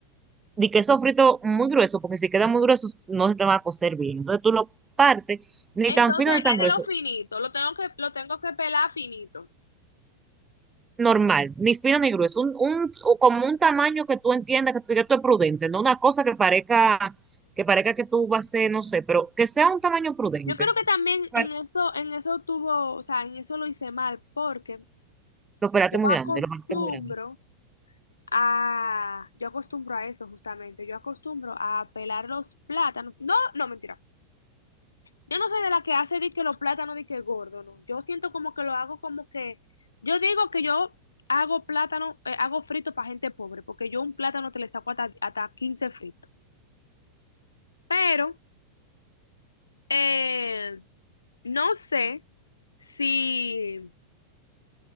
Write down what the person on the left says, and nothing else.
Entonces
es de
lo finito, lo tengo que, lo tengo que pelar finito.
Yo creo que también
en eso, en eso tuvo, o sea, en eso lo hice mal, porque
yo
acostumbro
a, yo acostumbro a eso justamente, yo acostumbro a pelar los plátanos. No, no, mentira. Yo no soy de la que hace di que los plátanos di que gordo, no. Yo siento como que lo hago como que, yo digo que yo hago plátano, eh, hago frito para gente pobre, porque yo un plátano te le saco hasta, hasta 15 fritos. Pero, eh, No sé si,